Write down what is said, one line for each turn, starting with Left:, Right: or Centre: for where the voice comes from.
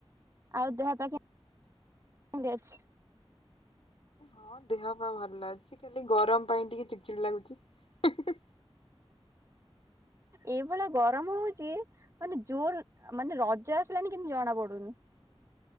Right: ଆଉ ଦେହ ପାହ କେମି <unintelligible> ଅଛି।
Left: ହଁ ଦେହ ପାହ ଭଲ ଅଛି ଖାଲି ଗରମ ପାଇଁ ଟିକେ ଚିଡ଼ି ଚିଡି ଲାଗୁଛି।
Right: ଏଇ ଭଳିଆ ଗରମ ହଉଛି ମାନେ ଜୋର ମାନେ ରଜ ଆସିଲାଣି କିନ୍ତୁ ଜଣା ପଡୁନି।